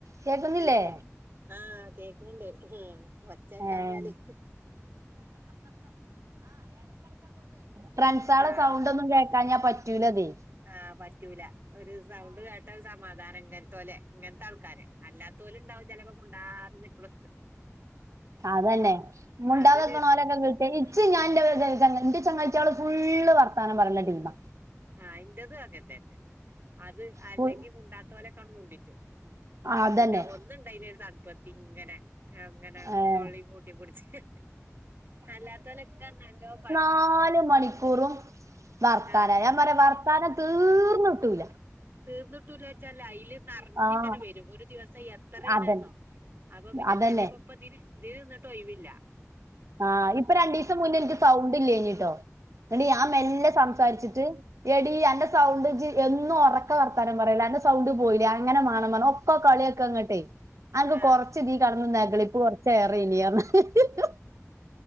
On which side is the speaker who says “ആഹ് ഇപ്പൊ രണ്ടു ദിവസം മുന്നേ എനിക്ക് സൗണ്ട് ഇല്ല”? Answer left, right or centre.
Right